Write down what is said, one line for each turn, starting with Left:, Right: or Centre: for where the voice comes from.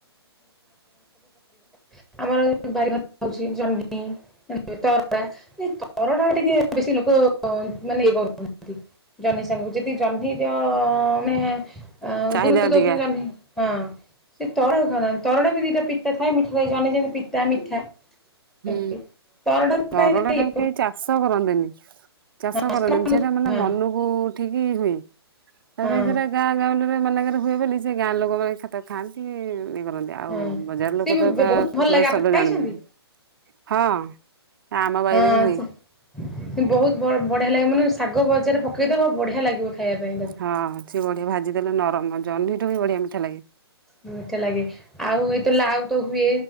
Centre: <unintelligible> ଆମର ବାରିଘରେ ହଉଛି ଜହ୍ନି। ମାନେ ତରଡା ଏଇ ତରଡା ଟିକେ ବେଶୀ ଲୋକ ମାନେ ଇଏ କରୁନାହାନ୍ତି। ଜହ୍ନି ସାଙ୍ଗ କୁ ଯଦି ଜହ୍ନିର ଆମେ ଆଁ
Right: ଚାହିଦା
Centre: ଗୁରୁତ୍ୱ
Right: ଅଧିକା
Centre: ଦଉଛନ୍ତି ଆମେ ହଁ। ସେ ତରଳ ତରଡ଼ା ବି ଦିଟା ପିତା ଥାଏ ମିଠା ଥାଏ ଜନ୍ନି ଯେମିତି ପିତା ମିଠା। ସେମିତି
Right: ହୁଁ,
Centre: ତରଡ଼ାକୁ
Right: ତରଡ଼ା
Centre: କାହିଁ ଏତେ
Right: ଟା
Centre: ଇଏ
Right: କେହି ଚାଷ କରନ୍ତିନି। ଚାଷ
Centre: କରୁନାହାନ୍ତି
Right: କରନ୍ତି ନି
Centre: ହଁ
Right: ସେଇଟା ମାନେ ମନକୁ ଉଠିକି ହୁଏ। ତାପରେ
Centre: ହଁ
Right: ଏଟା ଗାଁ ଗହଳିରେ ମାନଙ୍କରେ ହୁଏ ବୋଲି ସେ ଗାଁ ଲୋକମାନେ <unintelligible> ଇଏ କରନ୍ତି। ଆଉ ଆଉ
Centre: ହଁ
Right: ବଜାର
Centre: ସିଏ
Right: ଲୋକ ତ
Centre: ବି
Right: ତା
Centre: ବହୁତ
Right: <unintelligible>
Centre: ଭଲ ଲାଗେ ଆପଣ
Right: ସବୁ ଜାଣନ୍ତିନି।
Centre: ଖାଇଛନ୍ତି
Right: ହଁ ଆମ ବାଇରେ
Centre: ହଁ
Right: ବି ହୁଏ।
Centre: ସେ ବହୁତ ବ ବଢିଆ ଲାଗେ ମାନେ ଶାଗ ଭଜା ରେ ପକେଇଦବ ବଢିଆ ଲାଗିବ। ଖାଇବା ପାଇଁ ତାକୁ।
Right: ହଁ, ସିଏ ବଢିଆ ଭାଜି ଦେଲେ ନରମ ଜହ୍ନି ବି ଠୁ ବଢିଆ ମିଠା ଲାଗେ।
Centre: ମିଠା ଲାଗେ। ଆଉ ଏଇତ ଲାଉ ତ ହୁଏ